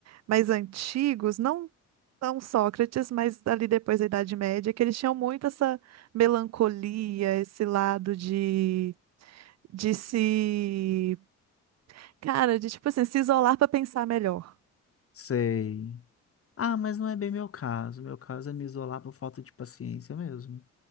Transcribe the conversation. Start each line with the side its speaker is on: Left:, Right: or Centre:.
Right: mais antigos, não não Sócrates, mas ali depois da Idade Média, que eles tinham muito essa melancolia, esse lado de de se, cara, de tipo assim, se isolar para pensar melhor.
Left: Sei. Ah, mas não é bem meu caso. Meu caso é me isolar por falta de paciência mesmo.